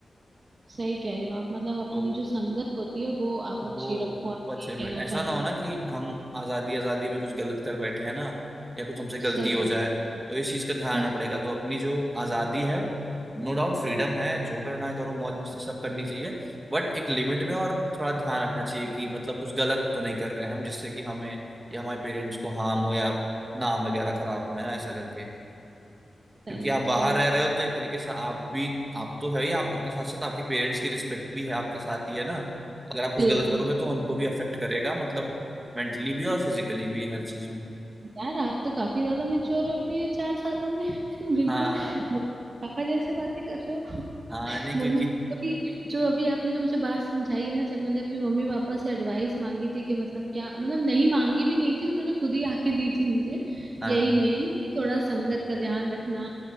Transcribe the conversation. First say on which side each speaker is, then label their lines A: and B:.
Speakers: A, on the right; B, on the right.
A: सही कह रहे हो आप मतलब अपनी
B: तो
A: जो संगत होती है वो आप
B: वो
A: अच्छी रखो आप
B: वो अच्छे
A: ये
B: लोग
A: कहना
B: ऐसा
A: चाह रहे
B: ना हो
A: हो
B: ना कि हम आजादी आजादी में कुछ गलत कर बैठे हैं ना या कुछ हमसे गलती
A: सही
B: हो
A: बात
B: जाए
A: है
B: तो इस चीज का ध्यान
A: हम्म,
B: रखना पड़ेगा तो अपनी जो आजादी है नो डाउट फ्रीडम है जो करना है करो मौज मस्ती सब करनी चाहिए बट एक लिमिट में और थोड़ा ध्यान रखना चाहिए कि मतलब कुछ गलत तो नहीं कर रहे हैं हम जिससे कि हमें या हमारे पेरेंट्स को हार्म हो या नाम वगैरह खराब हो है ना ऐसा करके
A: सही
B: क्योंकि आप
A: है
B: बाहर
A: सही
B: रह
A: है
B: रहे हो तो एक तरीके से आप भी आप तो है ही आप उसके साथ साथ आपके पेरेंट्स की रिस्पेक्ट भी है आपके साथ ही है ना अगर आप कुछ
A: बिल्कुल
B: गलत करोगे तो उनको भी अफेक्ट करेगा मतलब मेंटली भी और फिजिकली भी हर चीज में
A: यार आप तो काफी ज्यादा मेच्योर हो गए चार सालों में <laughs> बिल्कुल
B: हाँ
A: म- पापा जैसे बातें कर रहे हो
B: हाँ नहीं
A: मम्मी
B: क्योंकि
A: कभी जो अभी आपने मुझे बात समझाई है ना जब मैंने अपने मम्मी पापा से एडवाइस मांगी थी कि मतलब क्या मतलब नहीं मांगी भी नहीं थी उन्होंने खुद ही आके दी थी मुझे
B: हाँ
A: यही मेन कि थोड़ा संगत का ध्यान रखना